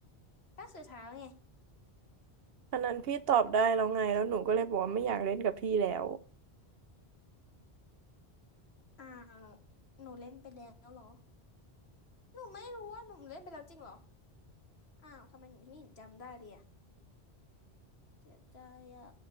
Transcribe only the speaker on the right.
อันนั้นพี่ตอบได้แล้วไงแล้วหนูก็เลยบอกว่าไม่อยากเล่นกับพี่แล้ว